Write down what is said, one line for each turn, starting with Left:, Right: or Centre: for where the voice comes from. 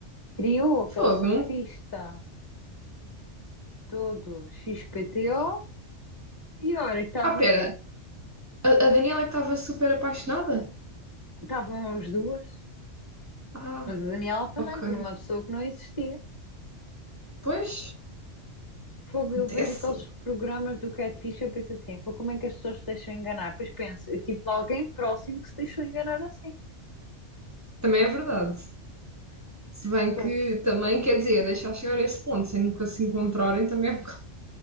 Left: criou aquele
Right: Fogo.
Left: surfista todo XPTO, pior é que estavam,
Right: Ah, pera. A, a Daniela que estava super apaixonada?
Left: estavam as duas,
Right: Ah,
Left: mas a Daniela também,
Right: ok.
Left: por uma pessoa que não existia.
Right: Pois,
Left: Fogo,
Right: acontece.
Left: eu vejo aqueles programas do Catfish e eu penso assim, fogo, como é que as pessoas se deixam enganar? Depois penso, eu tive alguém próximo que se deixou enganar assim.
Right: Também é verdade. Se bem
Left: Fogo.
Right: que também, quer dizer, deixar chegar a esse ponto sem nunca se encontrarem também é um bocado.